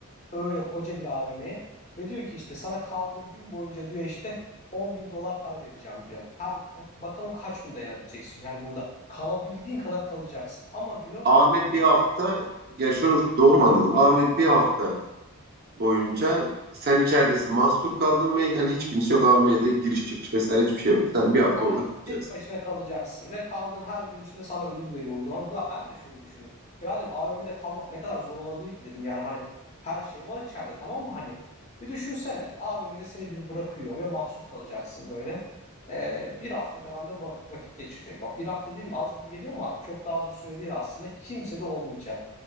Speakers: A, on the left; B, on the right.
A: öyle koca bir AVM'ye ve diyor ki işte sana kaldığın gün boyunca diyor işte on bin dolar para vereceğim diyor. Her ka- bakalım kaç gün dayanabileceksin. Yani burada kalabildiğin kadar kalacaksın. Ama diyor
B: Ahmet bir
A: e,
B: hafta ya şöyle doğru mu anladım? Ahmet bir hafta boyunca sen içeridesin mahsur kaldın ve yani hiç kimse yok AVM'de giriş çıkış vesaire hiçbir şey yok. Sen bir hafta
A: Aynen.
B: orada kalacaksın.
A: Tek başına kalacaksın ve kaldığın her gün içinde sana ödül veriyor uygulama. Da ben de şöyle düşündüm. Ya dedim AVM'de kalmak ne kadar zor olabilir ki dedim. Yani hani her şey var içeride tamam mı hani? Bir düşünsene AVM'de seni bir bırakıyor ve mahsur kalacaksın böyle. Ee, bir hafta falan da vakit vakit geçirecek. Bak bir hafta değil mi az gibi geliyor ama çok da az bir süre değil aslında. Kimse de olmayacak.